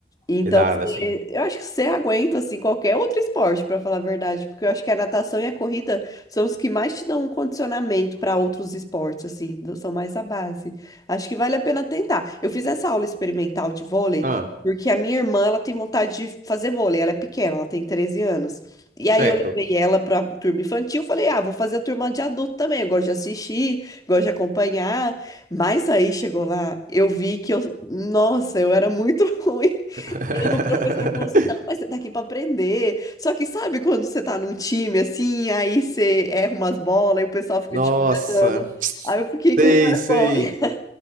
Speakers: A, on the left (about 20°); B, on the right (about 50°).
A: Então,
B: Dá,
A: você-
B: dá sim.
A: eu acho que você aguenta assim qualquer outro esporte, para falar a verdade, porque eu acho que a natação e a corrida são os que mais te dão um condicionamento para outros esportes, assim, do- são mais a base. Acho que vale a pena tentar. Eu fiz essa aula experimental de vôlei,
B: Ah,
A: porque a minha irmã, ela tem vontade de fazer vôlei, ela é pequena, ela tem 13 anos. E aí
B: certo.
A: eu levei ela para turma infantil, falei: "Ah, vou fazer a turma de adulto também, eu gosto de assistir, gosto de acompanhar". Mas aí chegou lá, eu vi que eu, nossa, eu era muito <laughs> ruim.
B: <laughs>
A: E aí o professor falou assim, não, mas você tá aqui pra aprender. Só que sabe quando você tá num time assim, aí você erra umas bolas e o pessoal fica
B: Nossa,
A: te olhando. Aí eu fiquei com
B: sei,
A: vergonha.
B: sei.